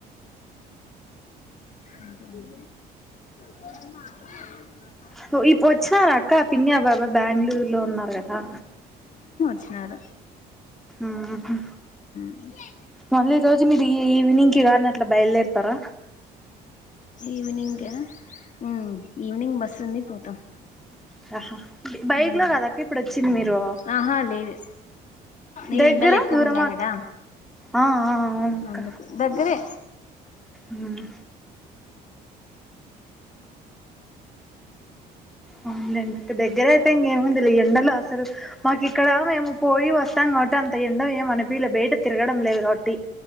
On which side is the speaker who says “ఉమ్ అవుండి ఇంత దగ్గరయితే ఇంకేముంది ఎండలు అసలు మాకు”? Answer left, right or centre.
Centre